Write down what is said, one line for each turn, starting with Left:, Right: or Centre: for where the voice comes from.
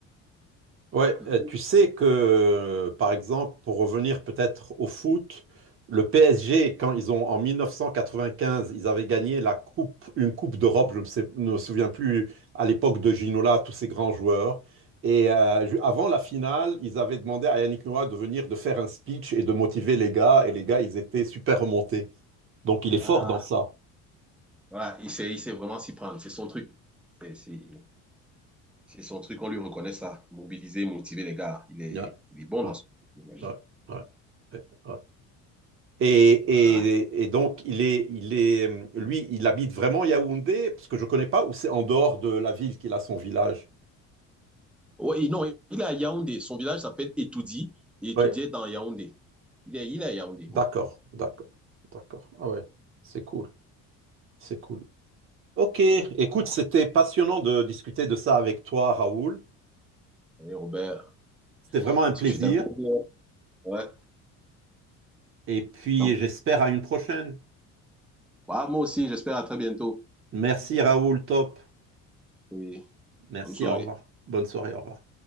Right: Ouais,
Centre: Mhm.
Right: euh, tu sais que, euh, par exemple, pour revenir peut-être au foot, le PSG, quand ils ont, en 1995, ils avaient gagné la coupe, une coupe d'Europe, je ne sais- ne me souviens plus, à l'époque de Ginola, tous ces grands joueurs. Et euh, ju- avant la finale, ils avaient demandé à Yannick Noah de venir, de faire un speech et de motiver les gars. Et les gars, ils étaient super remontés. Donc, il
Centre: Voilà.
Right: est fort dans ça.
Centre: Voilà, il sait, il sait vraiment s'y prendre. C'est son truc. C'est c'est- c'est son truc, on lui reconnaît ça. Mobiliser, motiver les gars. Il est,
Right: Ouais,
Centre: il est bon
Right: ouais,
Centre: dans ce. truc.
Right: ouais, ouais, ouais. Et, et-
Centre: Voilà.
Right: et donc, il est, il est, euh, lui, il habite vraiment Yaoundé, parce que je ne connais pas, ou c'est en dehors de la ville qu'il a son village?
Centre: Ouais, non, il est à Yaoundé. Son village s'appelle Etoudi. Et Etoudi
Right: Ouais,
Centre: est dans Yaoundé. Il est, il est à Yaoundé,
Right: d'accord,
Centre: oui.
Right: d'accord, d'accord. Ah ouais, c'est cool, c'est cool. Ok, écoute,
Centre: Voilà.
Right: c'était passionnant de discuter de ça avec toi, Raoul.
Centre: Oui, Robert,
Right: C'était vraiment un plaisir.
Centre: ce fut un plaisir. Ouais.
Right: Et puis,
Centre: Donc,
Right: j'espère à une prochaine.
Centre: bah, moi aussi, j'espère à très bientôt.
Right: Merci, Raoul, top.
Centre: Et
Right: Merci,
Centre: bonne soirée.
Right: au revoir. Bonne soirée, au revoir.